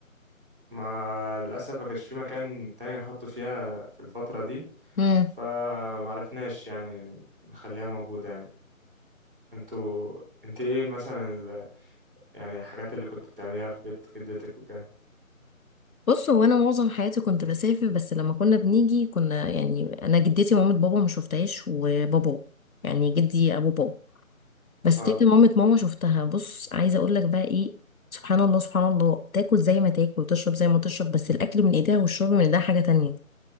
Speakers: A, in the centre; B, on the left.
A: ما للأسف ما كانش في مكان تاني نحطه فيها في الفترة دي
B: ليه
A: فمعرفناش يعني نخليها موجودة يعني انتوا انت ايه مثلا ال... يعني الحاجات اللي كنت بتعمليها في بيت جدتك وكده
B: بص هو انا معظم حياتي كنت بسافر بس لما كنا بنيجي كنا يعني انا جدتي ومامة بابا ما شفتهاش وبابا يعني جدي ابو بابا بس
A: اه
B: تيتا مامة ماما شفتها بص عايزه اقول لك بقى ايه سبحان الله سبحان الله تاكل زي ما تاكل وتشرب زي ما تشرب بس الاكل من ايديها والشرب من ايديها حاجه تانية